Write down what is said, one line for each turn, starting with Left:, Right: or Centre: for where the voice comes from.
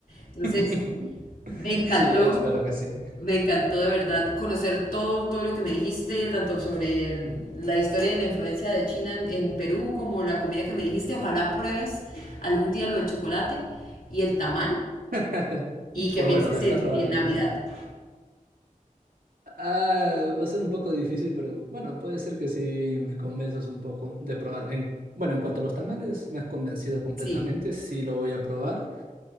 Left: Entonces,
Right: <laughs>
Left: me encantó.
Right: Sí, espero que sí.
Left: Me encantó de verdad conocer todo, todo lo que me dijiste, tanto sobre el- la historia de la influencia de China en, en Perú, como la comida que me dijiste. Ojalá pruebes algún día lo del chocolate y el tamal
Right: <laughs>
Left: y que
Right: Pues
Left: pienses
Right: bueno, me estás
Left: en,
Right: logrando,
Left: en Navidad.
Right: ¿eh? Ah, va a ser un poco difícil, pero bueno, puede ser que sí me convenzas un poco de probar. En- bueno, en cuanto a los tamales, me has convencido completamente,
Left: Sí.
Right: sí lo voy a probar.